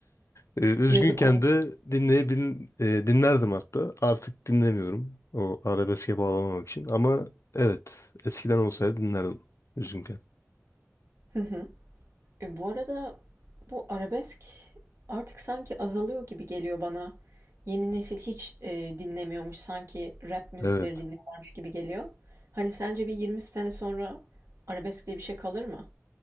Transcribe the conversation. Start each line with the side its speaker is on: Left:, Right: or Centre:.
Left: Ee, Üzgünken
Right: Yazık olur.
Left: de dinleyebil e, dinlerdim hatta artık dinlemiyorum o arabeske bağlamamak için ama evet eskiden olsaydı dinlerdim üzgünken.
Right: <laughs> E, bu arada bu arabesk artık sanki azalıyor gibi geliyor bana. Yeni nesil hiç e, dinlemiyormuş. Sanki rap müzikleri
Left: Evet
Right: dinliyorlarmış gibi geliyor. Hani sence bir 20 sene sonra arabesk diye bir şey kalır mı?